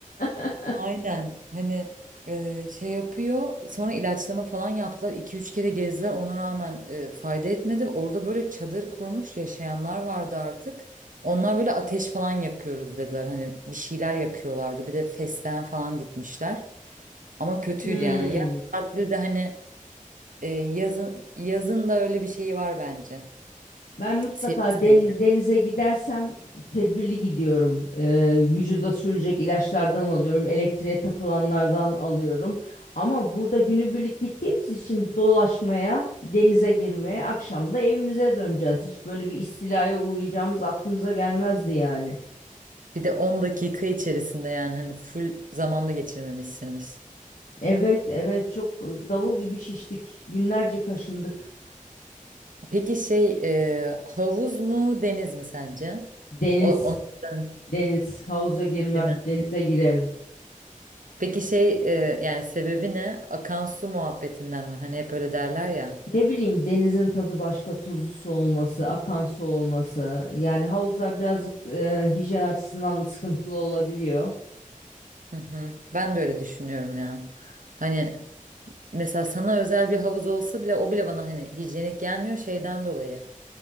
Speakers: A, on the left; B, on the right.
A: <laughs>
B: Aynen. Hani e, şey yapıyor. Sonra ilaçlama falan yaptılar. iki üç kere gezdiler. Ona rağmen e, fayda etmedi. Orada böyle çadır kurmuş yaşayanlar vardı artık. Onlar böyle ateş falan yakıyoruz dediler. Hani bir şeyler yakıyorlardı. Bir de fesleğen falan dikmişler. Ama kötüydü
A: Hmm.
B: yani. Yaz tatili de hani e, yazın yazın da öyle bir şey var bence.
A: Ben mutlaka
B: Sivrisinekler.
A: den- denize gidersem tedbirli gidiyorum. Ee, vücuda sürülecek ilaçlardan alıyorum, elektriğe takılanlardan alıyorum. Ama burada günübirlik gittiğimiz için dolaşmaya, denize girmeye, akşam da evimize döneceğiz. Hiç böyle bir istilaya uğrayacağımız aklımıza gelmezdi yani.
B: Bir de 10 dakika içerisinde yani hani full zamanda geçirmemişsiniz.
A: Evet, evet çok davul gibi şiştik. Günlerce kaşındık.
B: Peki şey e, havuz mu deniz mi sence?
A: Deniz,
B: O, ondan
A: deniz, havuza girmem,
B: değil mi?
A: denize girerim.
B: Peki şey e, yani sebebi ne? Akan su muhabbetinden mi? Hani hep öyle derler ya.
A: Ne bileyim denizin tadı başka, tuzlu su olması, akan su olması. Yani havuzlar birazcık e, hijyen açısından da sıkıntılı olabiliyor.
B: Hı hı. Ben de öyle düşünüyorum ya. Hani mesela sana özel bir havuz olsa bile o bile bana hani hijyenik gelmiyor şeyden dolayı.